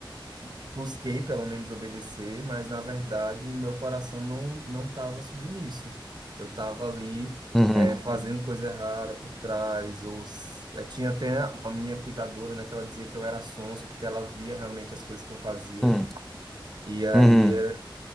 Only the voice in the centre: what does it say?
Uhum,
uhum,
uhum.